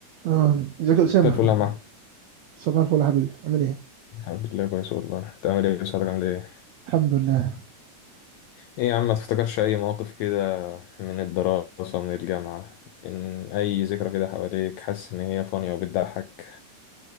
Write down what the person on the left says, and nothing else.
مساء الفل يا محمد
الحمد لله كويس والله انت عامل ايه صحتك عامل ايه
ايه يا عم ما تفتكرش اي مواقف كده من الدراسة من الجامعة من اي ذكرى كده حواليك حاسس ان هي فانية وبتضحك